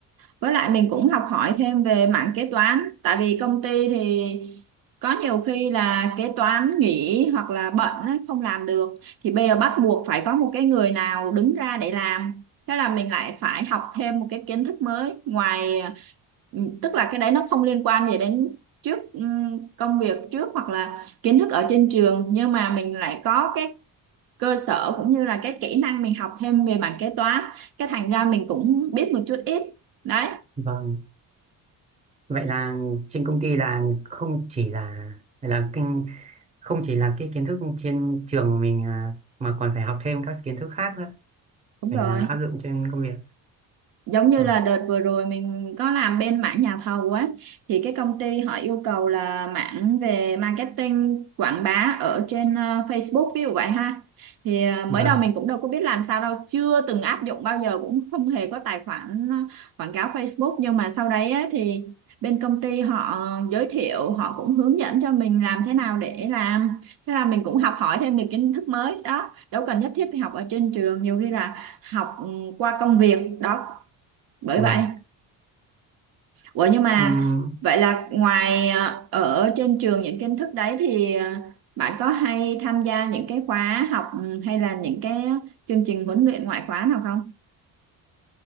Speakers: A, on the right; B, on the right.
A: Với lại mình cũng học hỏi thêm về mảng kế toán, tại vì công ty thì có nhiều khi là kế toán nghỉ hoặc là bận á, không làm được thì bây giờ bắt buộc phải có một cái người nào đứng ra để làm. Thế là mình lại phải học thêm một cái kiến thức mới ngoài ừ, tức là cái đấy nó không liên quan gì đến trước ừm, công việc trước hoặc là kiến thức ở trên trường nhưng mà mình lại có cái cơ sở cũng như là cái kỹ năng mình học thêm về mảng kế toán cái thành ra mình cũng biết một chút ít đấy
B: Vâng. Vậy là trên công ty là không chỉ là là kinh không chỉ là cái kiến thức trên trường của mình à, mà còn phải học thêm các kiến thức khác nữa
A: đúng
B: để
A: rồi
B: là áp dụng trên công việc.
A: giống như
B: Vâng,
A: là đợt vừa rồi mình có làm bên mảng nhà thầu ấy thì cái công ty họ yêu cầu là mảng về marketing quảng bá ở trên ờ, Facebook ví dụ vậy ha thì ờ, mới
B: vâng,
A: đầu mình cũng đâu có biết làm sao đâu chưa từng áp dụng bao giờ cũng không hề có tài khoản ờ, quảng cáo Facebook nhưng mà sau đấy ấy, thì bên công ty họ giới thiệu họ cũng hướng dẫn cho mình làm thế nào để làm thế là mình cũng học hỏi thêm được kiến thức mới đó đâu cần nhất thiết phải học ở trên trường nhiều khi là học ừ, qua công việc đó bởi
B: vâng.
A: vậy ủa nhưng mà
B: Ừm,
A: vậy là ngoài ờ, ở trên trường những kiến thức đấy thì ờ, bạn có hay tham gia những cái khóa học ừ, hay là những cái chương trình huấn luyện ngoại khóa nào không